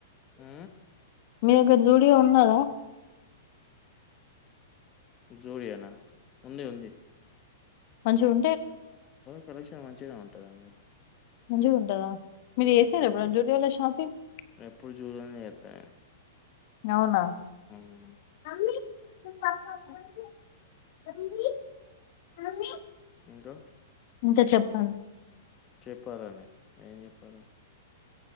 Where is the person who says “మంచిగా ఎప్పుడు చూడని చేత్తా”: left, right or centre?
Left